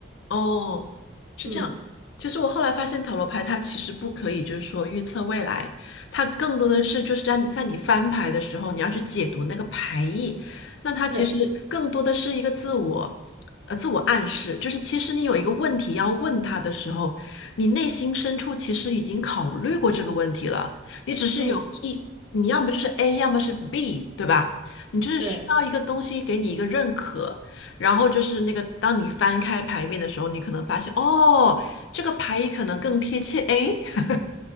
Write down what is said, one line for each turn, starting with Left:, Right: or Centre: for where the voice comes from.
Left: 哦，是这样。
Right: 嗯，
Left: 其实我后来发现，塔罗牌它其实不可以，就是说预测未来，它更多的是就是在你在你翻牌的时候，你要去解读那个牌意。那它其实更多的是一个自我，
Right: 对，
Left: 呃，自我暗示，就是其实你有一个问题要问他的时候，你内心深处其实已经考虑过这个问题了，你只是有一，
Right: 嗯，
Left: 你要么就是 A，要么是 B，对吧？你就是需要一个东西给你一个认可。
Right: 对。
Left: 然后就是那个，当你翻开牌面的时候，你可能发现，哦，这个牌意可能更贴切，诶，<laughs>